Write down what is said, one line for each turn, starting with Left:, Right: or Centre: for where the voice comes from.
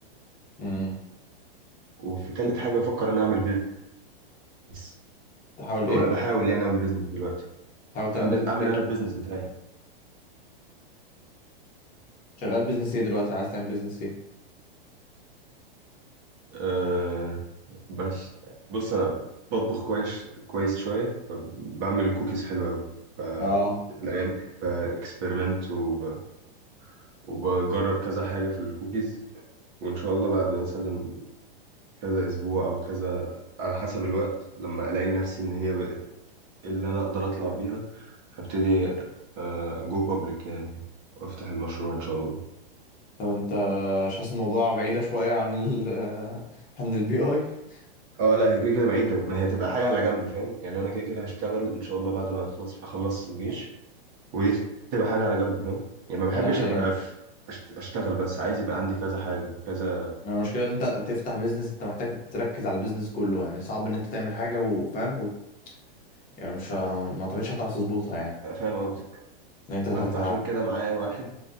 Left: امم
Right: وفي تالت حاجه بفكر ان اعمل بيزنس
Left: تحاول ايه
Right: او انا بحاول يعني اعمل بيزنس دلوقتي
Left: تحاول تعمل
Right: اعمل
Left: بيزنس
Right: اعمل
Left: ايه
Right: انا البيزنس بتاعي
Left: شغال بيزنس ايه دلوقتي عايز تعمل بيزنس ايه
Right: ايه بس بص انا بطبخ كويس كويس شويه فبعمل كوكيز حلوه قوي فالايام
Left: اه
Right: دي باكسبيرمنت وب- وبجرب كذا حاجه في الكوكيز وان شاء الله بعد مثلا كذا اسبوع او كذا على حسب الوقت لما الاقي نفسي ان هي بقت اللي انا اقدر اطلع بيها هبتدي آه، اجو بابليك يعني وافتح المشروع ان شاء الله
Left: طب انت مش حاسس الموضوع بعيده شويه عن ال <laughs> عن البي اي <laughs>
Right: اه لا هي كده كده بعيده ما هي تبقى حاجه على جنب فاهم يعني انا كده كده هشتغل ان شاء الله بعد ما اخلص اخلص الجيش ودي تبقى حاجة على جنب فاهم يعني ما
Left: ما
Right: بحبش أبقى في أشت- أشتغل بس عايز يبقى عندي كذا حاجة كذا
Left: ما المشكلة ان انت تفتح بيزنس انت محتاج تركز على البيزنس كله يعني صعب ان انت تعمل حاجة وفاهم يعني مش ه- ما اعتقدش هتعرف تظبطها يعني
Right: فاهم قصدك
Left: ان انت هت
Right: ما أنا فعشان كده معايا واحد